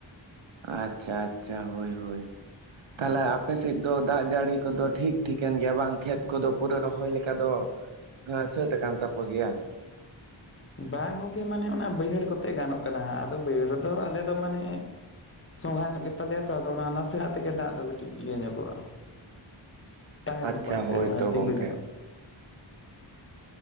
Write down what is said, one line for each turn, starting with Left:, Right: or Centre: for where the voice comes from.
Right: ᱟᱪᱪᱷᱟ ᱟᱪᱪᱷᱟ ᱦᱳᱭ ᱦᱳᱭ ᱛᱟᱦᱞᱮ ᱟᱯᱮ ᱥᱮᱫ ᱫᱚ ᱫᱟᱜ ᱡᱟᱹᱲᱤ ᱠᱚᱫᱚ ᱴᱷᱤᱠ ᱴᱷᱤᱠᱟᱹᱱ ᱜᱮᱭᱟ ᱵᱟᱝ ᱠᱷᱮᱛ ᱠᱚᱫᱚ ᱯᱩᱨᱟᱹ ᱨᱚᱦᱚᱭ ᱞᱮᱠᱟ ᱫᱚ ᱦᱟᱸ ᱥᱟᱹᱛ ᱟᱠᱟᱱ ᱛᱟᱯᱚ ᱜᱮᱭᱟ ᱾ <inaudible>
Left: ᱵᱟᱝ ᱜᱚᱝᱠᱮ ᱢᱟᱱᱮ ᱚᱱᱟ ᱵᱟᱹᱭᱦᱟᱹᱲ ᱠᱚᱛᱮ ᱜᱟᱱᱚᱜ ᱠᱟᱱᱟ ᱦᱟᱸᱜ ᱟᱫᱚ ᱵᱟᱹᱭᱟᱲ ᱨᱮᱫᱚ ᱟᱞᱮ ᱫᱚ ᱢᱟᱱᱮ ᱥᱚᱸᱜᱷᱟ ᱧᱚᱜ ᱜᱮ ᱛᱟᱞᱮᱭᱟ ᱛᱚ ᱟᱫᱚ ᱚᱱᱟ ᱱᱟᱥᱮᱱᱟᱜ ᱛᱮᱜᱮ ᱫᱟᱜ ᱫᱚ ᱠᱟᱹᱴᱤᱡ ᱤᱭᱟᱹ ᱧᱚᱜᱚᱜᱼᱟ ᱛᱟᱦᱮᱸ
Right: ᱟᱪᱪᱷᱟ
Left: ᱧᱚᱜᱚᱜᱼᱟ ᱮᱱᱛᱮᱫ
Right: ᱦᱳᱭᱛᱚ
Left: ᱢᱟᱱᱮ ᱛᱤᱸᱜᱩ
Right: ᱜᱚᱝᱠᱮ
Left: ᱧᱚᱜᱚᱜᱼᱟ
Right: ᱾